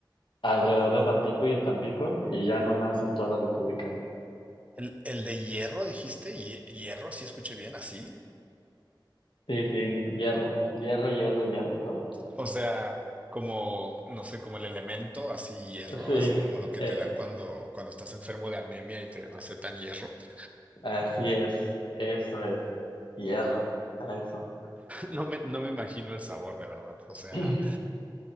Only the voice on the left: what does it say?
alrededor de Tampico y en Tampico y ya no más en toda la República.
Sí, sí, hierro, hierro, hierro, hierro, como.
Sí,
eh,
así es, eso es, hierro, a eso.
<clears throat>